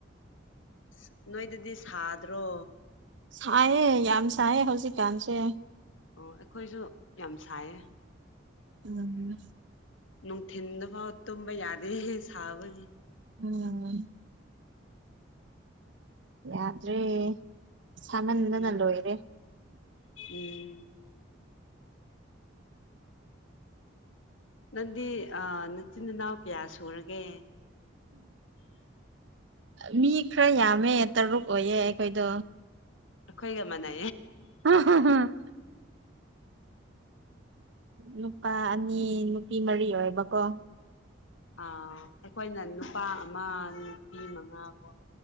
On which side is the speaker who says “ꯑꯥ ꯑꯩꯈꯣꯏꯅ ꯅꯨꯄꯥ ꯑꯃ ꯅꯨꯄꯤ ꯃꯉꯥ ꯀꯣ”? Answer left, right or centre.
Left